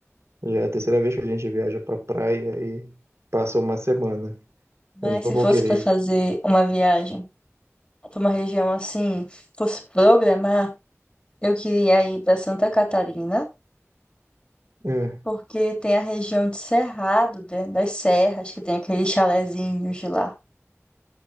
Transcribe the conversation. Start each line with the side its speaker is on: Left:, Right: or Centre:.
Right: Já é a terceira vez que a gente viaja pra praia e passa uma semana.
Left: Mas
Right: Eu não
Left: se
Right: vou
Left: fosse
Right: querer.
Left: para fazer uma viagem para uma região assim, fosse programar, eu queria ir para Santa Catarina,
Right: ir. É.
Left: porque tem a região de Cerrado, né, das serras, que tem aqueles chalezinhos de lá.